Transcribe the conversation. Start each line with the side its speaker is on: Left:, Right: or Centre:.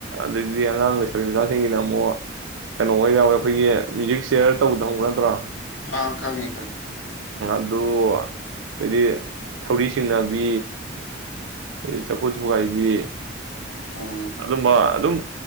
Right: ꯑꯗꯒꯤꯗꯤ ꯑꯉꯥꯡ ꯂꯩꯁꯕꯤ ꯃꯁꯆꯥꯁꯤꯡꯒꯤꯅ ꯑꯃꯨꯛ ꯀꯩꯅꯣ ꯑꯣꯏ ꯌꯥꯎꯋꯦ ꯑꯩꯈꯣꯏꯒꯤ ꯃ꯭ꯌꯨꯖꯤꯛ ꯁꯤꯌꯔ ꯇꯧꯗ ꯈꯥꯪ ꯕꯔꯥ? <unintelligible>
Left: ꯑꯥ ꯈꯪꯉꯤ- ꯈꯉꯤ꯫
Right: ꯑꯗꯣ ꯍꯥꯏꯗꯤ ꯊꯧꯔꯤ ꯆꯤꯡꯅꯕꯤ ꯑꯦ ꯆꯐꯨ ꯊꯨꯒꯥꯏꯕꯤ
Left: ꯑꯣ
Right: ꯑꯗꯨꯝꯕ ꯑꯗꯨꯝ